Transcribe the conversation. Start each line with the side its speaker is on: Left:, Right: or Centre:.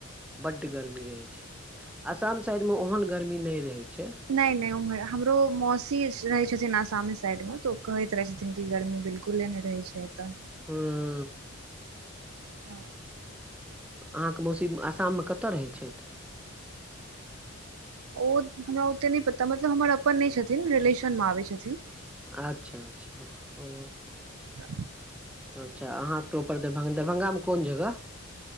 Centre: बड्ड गरमी रहै छै आसम साइडमे ओहन गरमी नहि रहै छै
Right: नहि नहि उम्हर हमरो मौसी रहय छथिन आसामे साइड मे तो ओ कहैत रहे छथिन की गर्मी बिलकुल खुले नहि रहै छै एतऽ
Centre: ह
Right: तऽ
Centre: अहाँके मौसीआसाममे कतय रहै छथि
Right: ओ हमरा ओतेक नहि पता मतलब हमर अपन नहि छथिन रिलेशनमे आबैत छथिन
Centre: अच्छा अच्छा ओ
Right: अच्छा
Centre: अच्छा अहाँ प्रॉपर दरभंगामे कोन जगह